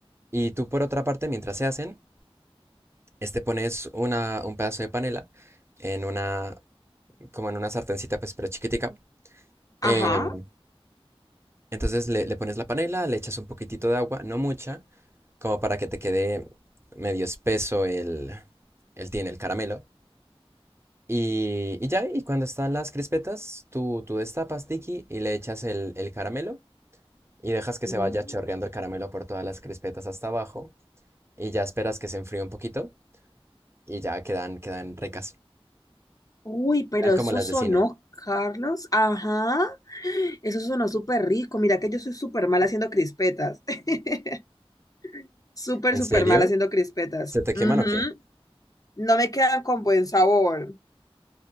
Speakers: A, on the right; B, on the left.
A: Y tú por otra parte, mientras se hacen, este pones una, un pedazo de panela en una, como en una sartencita, pues pero chiquitica.
B: Ajá.
A: Em, entonces le, le pones la panela, le echas un poquitito de agua, no mucha, como para que te quede medio espeso el, el tin, el caramelo. Y, y ya, y cuando están las crispetas, tú, tú destapas, Tiki, y le echas el, el caramelo y dejas que
B: Mm.
A: se vaya chorreando el caramelo por todas las crispetas hasta abajo y ya esperas que se enfríe un poquito y ya quedan, quedan ricas.
B: Uy, pero
A: Quedan como
B: eso
A: las
B: sonó,
A: de cine.
B: Carlos. Ajá. Eso sonó súper rico. Mira que yo soy súper mal haciendo crispetas. <laughs> Súper,
A: ¿En
B: súper
A: serio?
B: mal haciendo crispetas.
A: ¿Se te queman
B: Ujú.
A: o qué?
B: No me quedan con buen sabor.